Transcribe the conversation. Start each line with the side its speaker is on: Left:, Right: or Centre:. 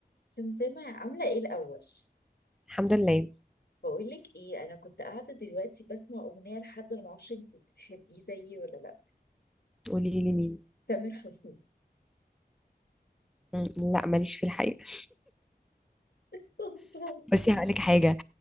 Left: سمسمة عاملة ايه الأول؟
Centre: الحمد لله
Left: بقولك ايه أنا كنت قاعدة دلوقتي بسمع أغنية لحد أنا معرفش انتي بتحبيه زيي ولا لأ
Centre: قولي لي مين
Left: تامر حسني
Centre: مم، لا ماليش في الحقيقة
Left: <laughs> استنطاطي
Centre: بس هقول لك حاجة